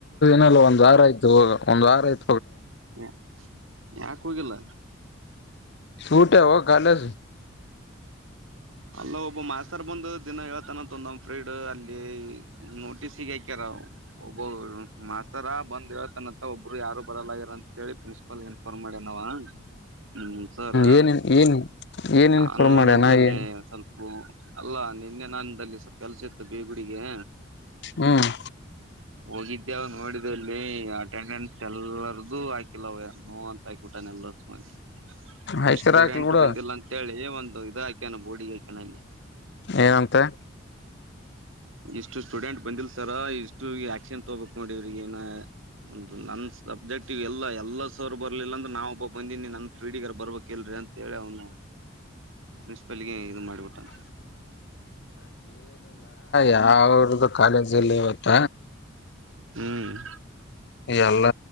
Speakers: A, on the left; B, on the right.
A: ನಲ್ಲ ಒಂದ್ ವಾರ ಆಯ್ತು ಒಂದ ವಾರ ಆಯ್
B: ಹ ಯಾಕ ಹೋಗಿಲ್ಲ.
A: ಸೂಟೆವ ಕಾಲೇಜ್
B: ಅಲ್ಲ ಒಬ್ಬ ಮಾಸ್ತರ್ ಬಂದು ದಿನ ಹೇಳ್ತನ ಅಂದ ಫ್ರೀಂಡ್ ಅಲ್ಲಿ ನೋಟಿಸ್ ಹಾಕ್ಯಾರ ಒಬ್ಬ ಮಾಸ್ತರ ಬಂದ್ ಹೇಳ್ತನತ್ತ ಒಬ್ರು ಯಾರು ಬರಲಾಗಿರ ಅಂತ ಹೇಳಿ ಪ್ರಿನ್ಸಿಪಾಲ್ ಇನ್ ರೆಫರ್ ಮಾಡನ್ ಅವ ಹ್ಮ್ ಸರ್
A: ಏನ್ ಏನ್ ಏನ್
B: ನಾನು
A: ಇನ್ಫಾರ್ಮ್ ಮಾಡ್ಯನ
B: ನಿನ್ನೆಲ್ಲಿ.
A: ಏನ್
B: ಓ ಅಲ್ಲಾ ನಿನ್ನೆ ನಂದಲ್ಲಿ ಸ್ವಲ್ ಕೆಲ್ಸ ಇತ್ತು ಬಿಗುಡಿಗೆ.
A: ಹ್ಮ್
B: ಹೋಗಿದ್ದೆವ ನೋಡಿದ ಇಲ್ಲಿ ಅಟೆಂಡೆನ್ಸ್ ಎಲ್ಲರದು ಹಾಕಿಲ್ಲ ಅವ ನೋ ಅಂತ ಹಾಕಿಬಿಟ್ <unintelligible>
A: ಹಾಕಿರ
B: ಇಷ್ಟ ಸ್ಟೂಡೆಂಟ್
A: ಹಾಕ್ಲಿ ಬಿಡು
B: ಬಂದಿಲ್ಲ ಅಂತೇಳಿ ಒಂದು ಇದು ಹಾಕ್ಯಾನ ಬೋರ್ಡಿಗೆ ಹಾಕ್ಯಾನ ಅಲ್ಲಿ.
A: ಏನಂತೆ.
B: ಇಷ್ಟು ಸ್ಟೂಡೆಂಟ್ ಬಂದಿಲ್ ಸರ ಇಷ್ಟು ಆಕ್ಷನ್ ತೋಗ್ಬೇಕಕ್ ನೋಡಿ ಇವ್ರಗ ಏನ ಒಂದು ನನ್ ಸಬ್ಜೆಕ್ಟ್ ಇವ್ ಎಲ್ಲ ಎಲ್ಲ ಸರ್ ಬರ್ಲಿಲ್ಲ ಅಂದ್ರ ನಾವವು ಒಬ್ಬ ಬಂದೀನಿ ನನ್ ಫ್ರೀಡಿಗರ್ ಬರ್ಬೇಕಕ್ ಇಲ್ರರಿ ಅಂತ ಅಂತೇಳಿ ಅವನು ಪ್ರಿನ್ಸಿಪಾಲ್ಗೆ ಇದು ಮಾಡ್ಬಿಟ್ಟಾನ
A: ಯಾವ್ರ್ದ ಕಾಲೇಜಿಲ್ಲ ಇವತ್ತ
B: ಹ್ಮ್
A: ಎಲ್ಲ